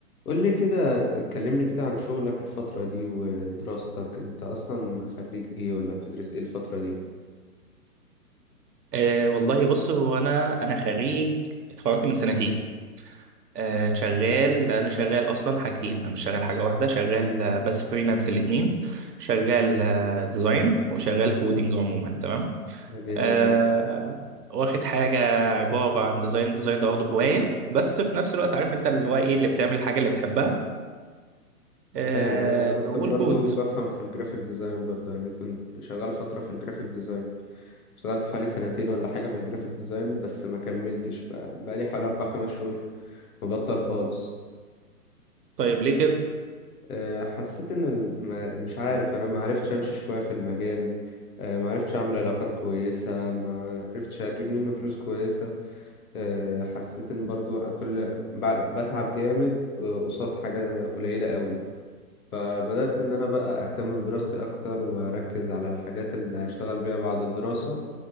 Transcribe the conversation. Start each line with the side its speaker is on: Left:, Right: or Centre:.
Left: قول لي كده كلمني كده عن شغلك الفترة دي ودراستك انت اصلا خريج ايه ولا بتدرس ايه الفترة دي
Right: أه والله بص هو انا انا خريج اتخرجت من سنتين أه شغال انا شغال اصلا حاجتين انا مش شغال حاجه واحده شغال آه، بس فريلانس الاثنين شغال آه، ديزاين وشغال كودينج عموما تمام
Left: ده جامد
Right: أه
Left: انا كنت
Right: واخد حاجه عباره عن ديزاين ديزاين ده برضه هوايه بس في نفس الوقت عارف انت اللي هو ايه اللي بتعمل الحاجه اللي بتحبها أه
Left: فاهم ايوه انا اصلا
Right: والكود
Left: برضو بفهم في الجرافيك ديزاين برضو يعني كنت شغال فترة في الجرافيك ديزاين اشتغلت حوالي سنتين ولا حاجة في الجرافيك ديزاين بس ما كملتش بقى بقالي حوالي اربع خمس شهور مبطل خالص
Right: طيب ليه كده
Left: أه، حسيت ان الم... ما- مش عارف انا ما عرفتش امشي شوية في المجال أه، ما عرفتش اعمل علاقات كويسة ما عرفتش اجيب منه فلوس كويسة آه، حسيت ان برضو كل ب- بتعب جامد آه، قصاد حاجة قليلة قوي فبدأت ان انا بقى اهتم بدراستي اكتر واركز على الحاجات اللي هشتغل بيها بعد الدراسة